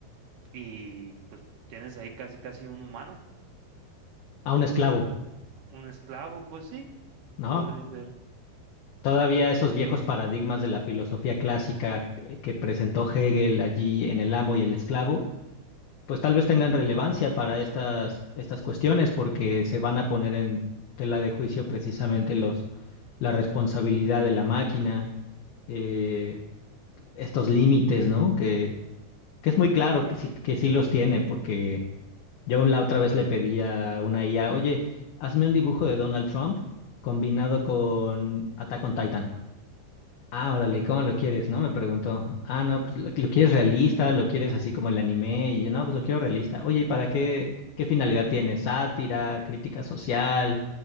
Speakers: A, on the right; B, on the left.
A: y pues tienes ahí casi casi un humano,
B: a un esclavo,
A: un esclavo, pues sí,
B: ¿no?
A: podría ser.
B: Todavía
A: Sí.
B: esos viejos paradigmas de la filosofía clásica que que presentó Hegel allí en El amo y el esclavo, pues tal vez tengan relevancia para estas, estas cuestiones porque se van a poner en tela de juicio precisamente los, la responsabilidad de la máquina, eh, estos límites, ¿no? Que, que es muy claro que sí, que sí los tiene porque Yo aún la otra vez le pedí a una IA, oye, hazme un dibujo de Donald Trump combinado con Attack on Titan. Ah,
A: Ok.
B: órale, ¿cómo lo quieres? ¿No? Me preguntó. Ah, no, pues lo, lo quieres realista, lo quieres así como el anime. Y yo, no, pues lo quiero realista. Oye, ¿y para qué, qué finalidad tiene? ¿Sátira? ¿Crítica social?